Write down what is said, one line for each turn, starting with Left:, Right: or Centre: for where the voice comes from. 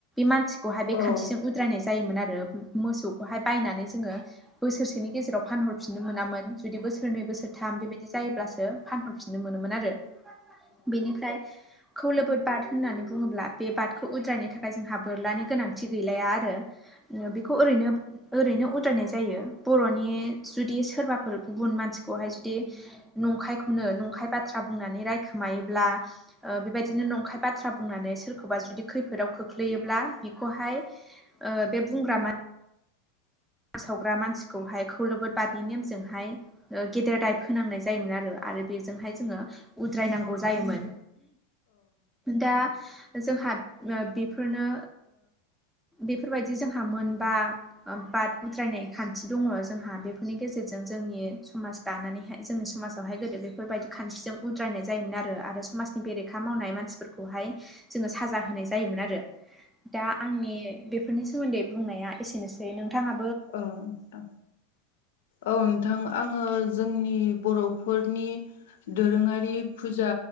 Centre: मानसिखौहाय बे
Left: औ नोंथां औ नोंथां औ नोंथां
Centre: खान्थिजों उद्रायनाय जायोमोन आरो मोसौखौहाय बायनानै जोङो बोसोरसेनि गेजेराव फानहरफिननो मोनामोन जुदि बो‌ सोरनै बोसोरथाम बेबायदि जायोब्लासो फानहरफिननो मोनोमोन आरो बेनिफ्राय खौलोबोद बाद होननानै बुङोब्ला बे बाद खौ उद्रायनो थाखाय जोंहा बोरलानि गोनांथि गैलाया आरो बेखौ ओरैनो ओरैनो उद्रायनाय जायो बर'नि जुदि सोरबाफोर गुबुन मानसिखौहाय जुदि नंखायखौनो नंखाय बाथ्रा बुंनानै रायखोमायोब्ला बेबायदिनो नंखाय बाथ्रा बुंनानै सोरखौबा जुदि खैफोदाव खोख्लैयोब्ला बिखौहाय बे बुंग्रा मा फोसावग्रा मानसिखौहाय खौलबोद बादनि नेमजोंहाय गेदेर दाय फोनांनाय जायोमोन आरो आरो बेजोंहाय जोङो उद्रायनांगौ जायोमोन दा जोंहा बेफोरनो बेफोरबायदि जोंहा मोनबा बाद उद्रायनाय खान्थि दङ जोंहा बेफोरनि गेजेरजों जोंनि समाज दानानैहाय जोंनि समाजावहाय गोदो बे फोरबायदि खान्थिजों उद्रायनाय जायोमोन आरो आरो समाजनि बेरेखा मावनाय मानसिफोरखौहाय जोङो साजा होनाय जायोमोन आरो दा आंनि बेफोरनि सोमोन्दै बुंनाया एसेनोसै नोंथाङा
Left: अ औ औ नोंथां आङो जोंनि बर'फोरनि दोरोङारि फुजा